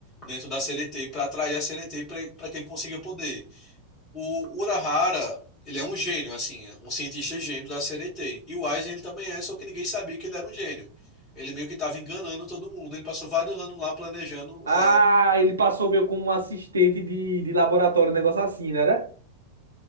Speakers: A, on the left (about 25°); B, on the right (about 75°).
A: dentro da CDT para atrair a CDT para que ele consiga poder. O Urahara, ele é um gênio, assim, um cientista gênio da CDT. E o Aizen, ele também é, só que ninguém sabia que ele era um gênio. Ele meio que estava enganando todo mundo. Ele passou vários anos lá planejando.
B: Ah,
A: é,
B: ele passou meio como um assistente de, de laboratório, um negócio assim, né? Era,